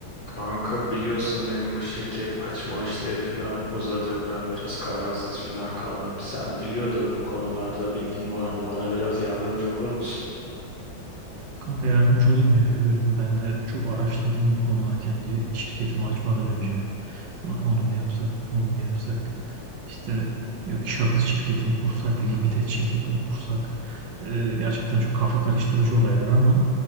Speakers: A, on the left; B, on the right.
A: Kanka biliyorsun benim bu şirket açma işleri falan uzadı. Ben biraz kararsız falan kaldım. Sen biliyordun bu konularda bilgin vardı. Bana biraz yardımcı olur musun?
B: Kanka yardımcı olayım ya biliyorsun ben de çok araştırdım bu konuları kendi şirketimi açmadan önce. Lan Onu mu yapsak, bunu mu yapsak? işte yok şahıs şirketimi kursak, limited şirketimi kursak. Ee, gerçekten çok kafa karıştırıcı olaylar ama